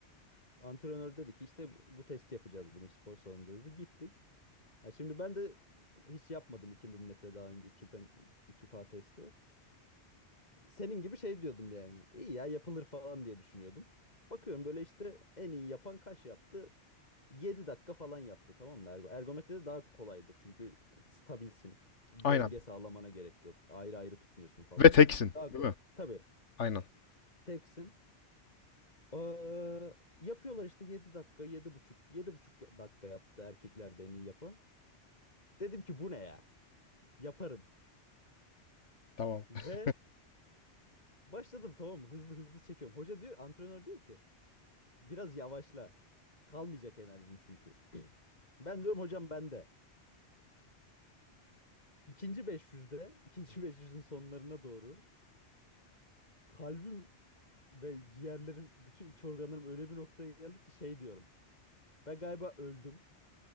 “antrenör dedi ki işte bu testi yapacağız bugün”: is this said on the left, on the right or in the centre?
Left